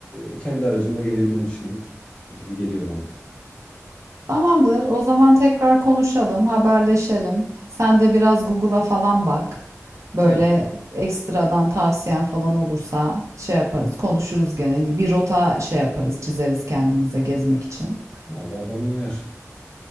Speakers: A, on the left; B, on the right.
A: e, kendi aracımla gelebilirmişim gibi geliyor bana.
B: Tamamdır. O zaman tekrar konuşalım, haberleşelim. Sen de biraz Google'a falan bak. Böyle
A: Tamam.
B: ekstradan tavsiyen falan olursa şey yaparız, konuşuruz gene. Bir rota şey yaparız, çizeriz kendimize gezmek için.
A: Vallahi bana uyar.